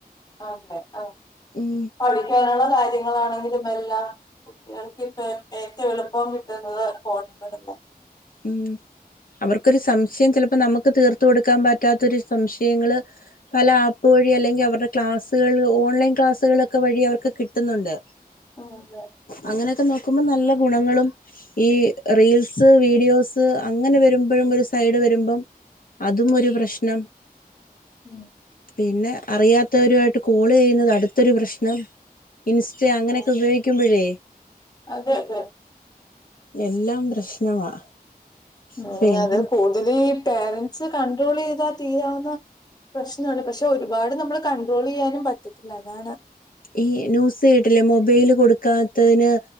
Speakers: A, on the left; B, on the left.
A: ആതെ ആഹ്.
B: ഉം
A: പഠിക്കാനുള്ള കാര്യങ്ങളാണെങ്കിലും എല്ലാം കുട്ടികൾക്ക് ഇപ്പ ഏറ്റവും എളുപ്പം കിട്ടുന്നത് ഫോണിക്കൂടല്ലേ.
B: മം അവർക്കൊരു സംശയം, ചിലപ്പോ നമുക്ക് തീർത്ത് കൊടുക്കാൻ പറ്റാത്തൊരു സംശയങ്ങള് പല ആപ്പ് വഴി. അല്ലെങ്കി അവരുടെ ക്ലാസ്സുകൾ, ഓൺലൈൻ ക്ലാസ്സുകളൊക്കെ വഴി അവർക്ക് കിട്ടുന്നുണ്ട്
A: അതെ
B: അങ്ങനെയൊക്കെ നോക്കുമ്പോ നല്ല ഗുണങ്ങളും. ഈ റീൽസ് വീ വീഡിയോസ് അങ്ങനെ വരുമ്പോഴും. ഒരു സൈഡ് വരുമ്പം അതും ഒരു പ്രശ്നം
A: മം.
B: പിന്നെ അറിയാത്തവരുമായിട്ട് കോള് ചെയ്യുന്നത് അടുത്തൊരു പ്രശ്നം. ഇൻസ്റ്റ അങ്ങനെയൊക്കെ
A: ആഹ്
B: ഉപയോഗിക്കുമ്പോഴേ?
A: അതെ അതെ.
B: എല്ലാം പ്രശ്നവാ.
A: മം
B: ഇപ്പൊ എങ്ങനെ
A: അത് കൂടുതലും ഈ പേരൻസ് കണ്ട്രോള് ചെയ്താ തീരാവുന്ന പ്രശ്നോള്ള് പക്ഷെ ഒരുപാട് നമ്മള് കൺട്രോള് ചെയ്യാനും പറ്റത്തില്ല അതാണ്.
B: ഈ ന്യൂസ് കേട്ടില്ലേ മൊബൈല് കൊടുക്കാത്തതിന്